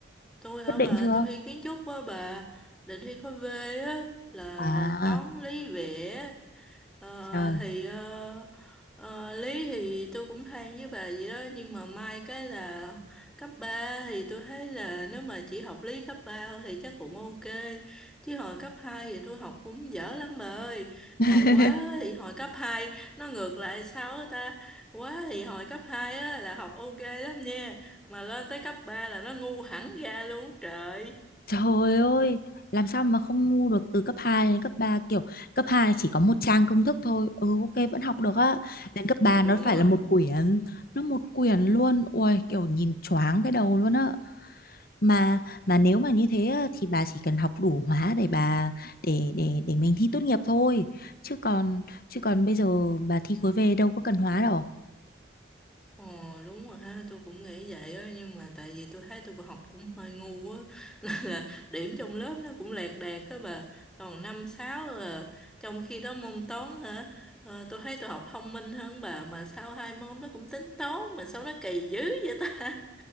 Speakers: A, in the centre; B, on the left.
A: tôi hả
B: quyết định
A: bà,
B: chưa
A: tôi thi kiến trúc á bà, định thi khối V á, là
B: à
A: toán lý vẽ, ờ,
B: trời
A: thì ờ, ờ, lý thì tôi cũng hay với bà vậy đó, nhưng mà may cái là cấp 3 thì tôi thấy là nếu mà chỉ học lý cấp 3 thôi thì chắc cũng ok, chứ hồi cấp 2 thì tôi học cũng dở lắm bà ơi,
B: <laughs>
A: còn quá thì hồi cấp 2 nó ngược lại sao á ta, quá thì hồi cấp 2 á là học ok lắm nha mà lên tới cấp 3 là nó ngu hẳn ra luôn á trời
B: Trời ơi, làm sao mà không ngu được từ cấp 2 đến cấp 3 kiểu cấp 2 chỉ có một trang công thức thôi. Ừ ok vẫn học được á.
A: ừ,
B: Đến cấp
A: ừ
B: 3
A: đúng
B: nó phải
A: rồi
B: là một quyển, nó một quyển luôn. ui kiểu nhìn choáng cái đầu luôn á. mà mà nếu mà như thế á, thì bà chỉ cần học đủ hóa để bà để để để mình thi tốt nghiệp thôi chứ còn chứ còn bây giờ bà thi khối về đâu có cần hóa đâu
A: ờ đúng rồi ha tôi cũng nghĩ vậy á nhưng mà tại vì tôi thấy tôi cũng học cũng hơi ngu á <laughs> nên là điểm trong lớp nó cũng lẹt đẹt á bà còn năm sáu là trong khi đó môn toán hả ờ, tôi thấy tôi học thông minh hơn bà mà sao hai môn nó cũng tính toán mà sao nó kỳ dữ vậy ta <laughs>